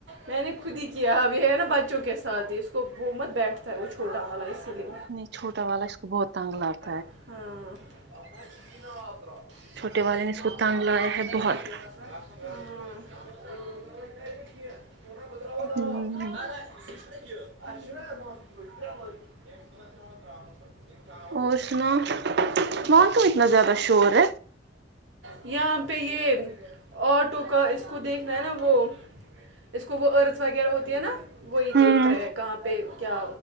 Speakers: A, on the right; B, on the right.
A: میں نے خود ہی کیا اب یہ ہے نا بچوں کے ساتھ ہی اس کو وہ مت بیٹھتا ہے وہ چھوٹا والا اسی لیے
B: نہیں چوٹا والا اس کو بہت تنگ لگتا
A: ہاں <unintelligible>
B: چھوٹے والے نے اس کو تانگ لایا ہے بہت
A: <unintelligible>
B: ہوں
A: <unintelligible> <inaudible>
B: اور سنا وہاں کیوں اتنا زیادہ شور ہے
A: یہاں پہ یہ آٹو کا کو دیکھنا ہے نا وہ اس کو وہ ارتھ وغیرہ ہوتی ہے نا وہی
B: ہوں
A: دیکھ رہے ہیں کہاں پہ پہ کیا